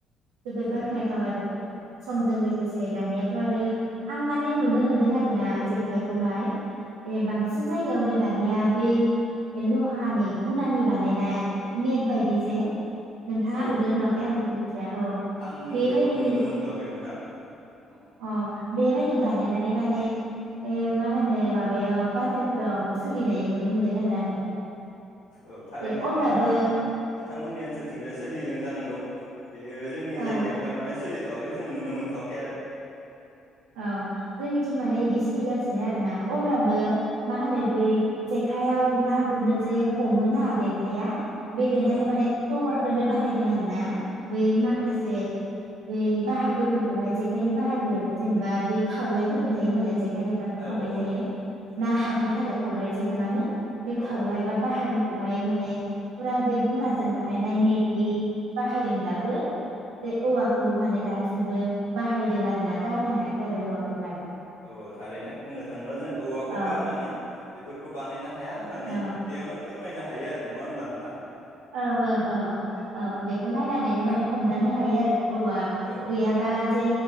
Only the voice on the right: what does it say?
जोबोद
बाख्नायथाव आरो समजों
लोगोसे दानिया आरो आं माने नुनो मोन्दों आरो ना जेखाय बेहाय बांसिन जायगायावनो दानिया बै लहानि गुनानि बानायनाय नेट बायदि जे नोंथाङा
नुदों
नुवाखै
आं बेखौ मिथिया औ
बेबायदि
अ बेबायदि बानायनाय माने ए मा होनो माबायाव बाजारफोराव सोलिनाय नुनो मोनदों आरो आङो
जे अब्लाबो
औ
औ जोंनिथिं माने इदि सोलिगासिनो आरोना अब्लाबो
मा होनो बै जेखायाव ना गुरनो जे हमो‌ना देन्थाया बे देन्थखौ
माने औवा खौनो बाहायदों आरो ना बै
माखासे बे बाहागोफोरखौहाय जेखाइनि बाहागो जेनेबा बै खावलायफोरबो थायो नालाय जे खाय हेबबाथ'
खावलाय थायो
ना हाबनो थाखाय खावलायजे खालामो बे
खावनाय बा बाहागो बेहाय माने फुरा बे गुनाजों बानायनाय नेेटनि बाहायदोंब्लाबो बे
औवाखौ माने दा दासिमबो बाहायदों आरो ना गारनो हायाखै आरो औवाखौ हाय
औ
औ
औ औ औ
औ बेखौ नायनानैनो
माने हमदानो हायो आरो औवा
गैयाबा
जे